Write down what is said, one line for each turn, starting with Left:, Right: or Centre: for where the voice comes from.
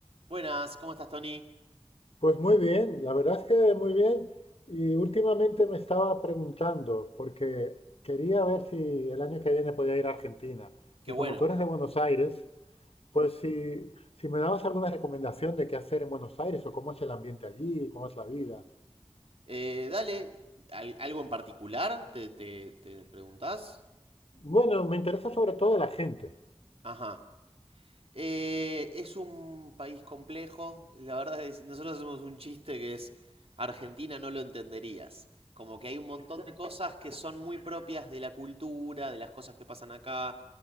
Right: Buenas, ¿cómo estás, Tony?
Left: Pues muy bien, la verdad es que muy bien. Y últimamente me estaba preguntando, porque quería ver si el año que viene podía ir a Argentina.
Right: Qué
Left: Y
Right: bueno.
Left: como tú eres de Buenos Aires, pues si, si me dabas alguna recomendación de qué hacer en Buenos Aires o cómo es el ambiente allí, cómo es la vida.
Right: Eh, dale, ¿al- ¿algo en particular? ¿Te, te, te preguntás?
Left: Bueno, me interesa sobre todo la gente.
Right: Ajá. Eh, es un país complejo. La verdad es, nosotros hacemos un chiste que es Argentina no lo entenderías. Como que hay un montón de cosas que son muy propias de la cultura, de las cosas que pasan acá.